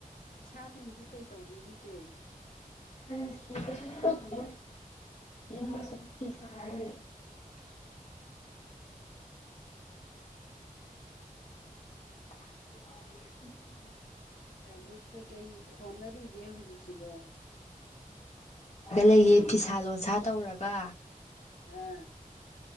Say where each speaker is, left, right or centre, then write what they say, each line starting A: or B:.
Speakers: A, on the left (about 80°); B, on the left (about 50°).
A: ꯏꯁꯥꯗꯤ ꯍꯧꯖꯤꯛ ꯀꯩ ꯇꯧꯕꯤꯔꯤꯒꯦ
B: <unintelligible> <unintelligible>
A: ꯑꯗꯨ ꯀꯩꯀꯩ ꯍꯣꯠꯅꯔꯤꯒꯦ ꯍꯧꯖꯤꯛꯁꯤꯕꯣ
B: ꯂꯩꯌꯦ ꯐꯤꯁꯥ ꯂꯣꯟꯁꯥ ꯇꯧꯔꯒ
A: ꯑꯝ